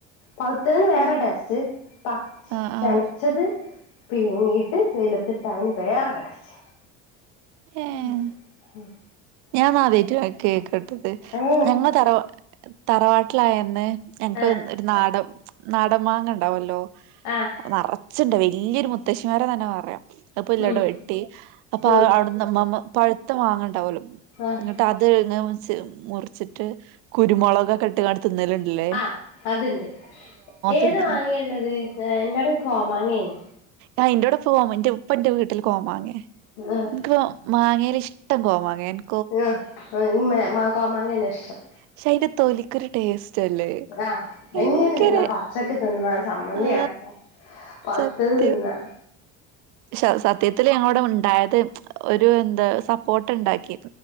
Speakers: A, on the left (about 85°); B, on the right (about 65°).
A: പൗത്തന് വേറെ
B: ഏഹ്
A: ടേസ്റ്റ് പ ചച്ചെനച്ചത്
B: ആഹ് ആഹ്
A: പീങ്ങീട്ട് വൈലത്തിട്ട അയ്ന് വേറെ ടേസ്റ്റ്
B: ഏഹ്
A: ഉം ഉം
B: ഞാൻ ന്നാ ആദ്യയിട്ട് കേക്കട്ടത്
A: ഏ
B: ഞങ്ങൾ തറവ തറവാട്ടിലായന്ന് ഞങ്ങക്ക്
A: ആഹ്
B: ഒര് നാടം നാടൻ മാങ്ങണ്ടാവല്ലോ
A: ആഹ്
B: നറച്ചിണ്ട് വെല്ല്യൊര് മുത്തശ്ശിമാരെന്നെ പറയാം അത്പ്പൊ ഇല്ലട്ടൊവെട്ടി
A: ഉം
B: അപ്പൊഅവടെ
A: ഉം
B: അന്ന്മ്മമ്മ പഴുത്ത മാങ്ങണ്ടാവല്ലൊ
A: ആഹ്
B: ഇങ്ങിട്ട് അത് ങ്ങ മുറിച്ച് മുറിച്ചിട്ട് കുരുമൊളകക്കെ ഇട്ട്ങ്ങാണ്ട് തിന്നല്ണ്ട്ല്ലേ
A: അ അത്ണ്ട് ഏത്
B: തിന്ന്ണ്
A: മാങ്ങേള്ളത് എന്റൊടെ കോമാങ്ങേണ്
B: ആഹ് എന്റൊടെ പോവുമ്പൊ എന്റെ ഉപ്പന്റെ വീട്ടില് കോമാങ്ങെ
A: ആഹ്
B: ഇൻക്ക് മാങ്ങേല് ഇഷ്ട്ടം കോമാങ്ങേണ്
A: ആഹ് ആ മ മേ കോമാങ്ങന്നെ ഇഷ്ട്ടം
B: പക്ഷെ അയിന്റെ തൊലിക്കൊരു ടേസ്റ്റല്ലേ
A: ആഹ്
B: ഭയങ്കര
A: എങ്ങനെ തിന്നാ പച്ചക്ക്‌തിന്നാ ച്ചമ്മന്തി
B: ആ
A: ആക്ക പൗത്തത്
B: സത്യം
A: തിന്നാ
B: ശ സത്യത്തില് ഞങ്ങളോടെ ഉണ്ടായത് ഒരു എന്താ സപ്പോട്ടണ്ടാക്കി